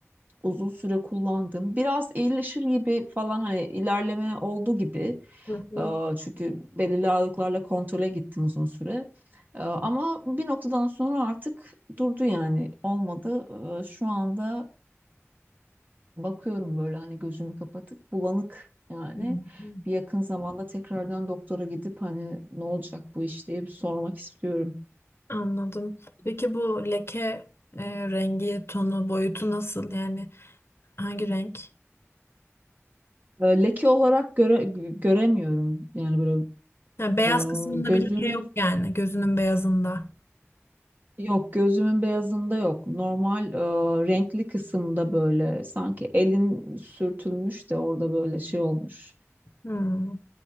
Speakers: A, on the right; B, on the left.
A: Uzun süre kullandım. Biraz iyileşir gibi falan hani ilerleme oldu gibi.
B: hı. hı,
A: Ee, Çünkü belirli ağırlıklarla kontrole gittim uzun süre. Ee, Ama bir noktadan sonra artık durdu yani olmadı. Ee, Şu anda bakıyorum böyle hani gözümü kapatıp bulanık yani.
B: hı. hı.
A: Bir yakın zamanda tekrardan doktora gidip hani ne olacak bu iş diye bir sormak istiyorum.
B: Anladım. Peki bu leke e, rengi, tonu, boyutu nasıl? Yani hangi renk?
A: Ee, Leke olarak göre, göremiyorum yani böyle
B: Yani beyaz
A: e,
B: kısmında
A: gözümün
B: bir leke yok yani gözünün beyazında.
A: Yok gözümün beyazında yok. Normal e, renkli kısımda böyle sanki elin sürtülmüş de orada böyle şey olmuş.
B: Hı hı.